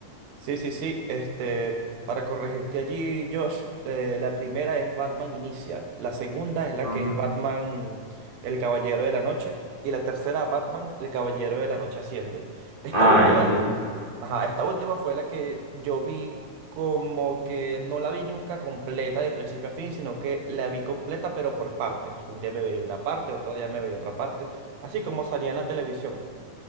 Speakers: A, on the right (about 85°); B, on the left (about 30°).
A: Sí, sí, sí. Este, para corregirte allí, Josh, eh, la primera es Batman Inicia, la segunda es la
B: Ah,
A: que es Batman el Caballero de la Noche y la tercera Batman el Caballero de la Noche Asciende. Esta
B: ah,
A: última,
B: entiendo.
A: ajá, esta última fue la que yo vi como que no la vi nunca completa de principio a fin, sino que la vi completa pero por partes. Un día me veía una parte, otro día me veía otra parte, así como salía en la televisión.